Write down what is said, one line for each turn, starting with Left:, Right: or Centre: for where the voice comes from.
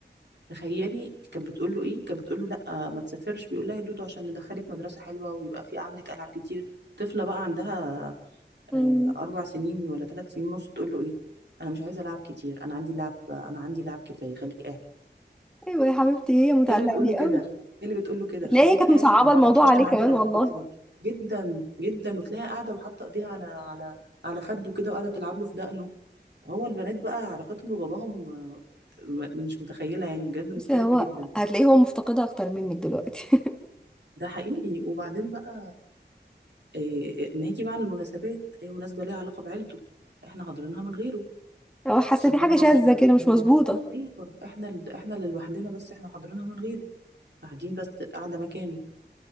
Right: تخيلي كانت بتقول له ايه كانت بتقول له لا ما تسافرش بيقول لها يا دودو عشان ندخلك مدرسه حلوه ويبقى في عندك العاب كتير طفله بقى عندها
Centre: مم.
Right: آه، اربع سنين ولا ثلاث سنين ونص تقول له ايه انا مش عايزه العاب كتير انا عندي لعب انا عندي لعب كفايه خليك قاعد
Centre: أيوة يا حبيبتي هي متعلقة
Right: هي اللي بتقول
Centre: بيه
Right: له كده
Centre: قوي
Right: هي اللي بتقول له كده
Centre: هتلاقي
Right: خليك
Centre: هي كانت
Right: قاعد
Centre: مصعبة
Right: ما
Centre: الموضوع
Right: تمشيش
Centre: عليه
Right: انا
Centre: كمان
Right: عندي العاب
Centre: والله
Right: كتير جدا جدا وتلاقيها قاعده وحاطه ايديها على على على خده كده وقاعده تلعب له في دقنه هو البنات بقى علاقتهم بباباهم آه، مش متخيله يعني بجد مختلفه
Centre: بس هو
Right: جدا
Centre: هتلاقيه هو مفتقدها أكتر منك دلوقتي
Right: ده حقيقي وبعدين بقى إيه ناجي بقى على المناسبات اي مناسبه ليها علاقه بعيلته احنا حاضرينها من غيره
Centre: <laughs> هو حاسة
Right: سبوع
Centre: في حاجة شاذة
Right: مش عارف
Centre: كده مش
Right: مين
Centre: مظبوطة
Right: ايوه احنا ال... احنا اللي لوحدنا بس احنا حاضرينها من غيره قاعدين بس قاعده مكانه